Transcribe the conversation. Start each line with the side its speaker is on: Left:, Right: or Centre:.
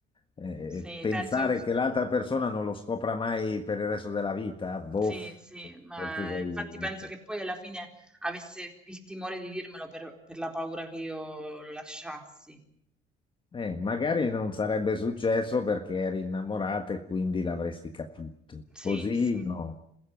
Left: eh,
Centre: sì,
Left: pensare
Centre: penso
Left: che l'altra persona non lo scopra mai per il resto della vita, boh,
Centre: Sì, sì, ma
Left: forse sei...
Centre: infatti penso che poi alla fine avesse il timore di dirmelo per, per la paura che io lo lasciassi.
Left: Eh, magari non sarebbe successo perché eri innamorata e quindi l'avresti capito.
Centre: Sì,
Left: Così
Centre: sì,
Left: no.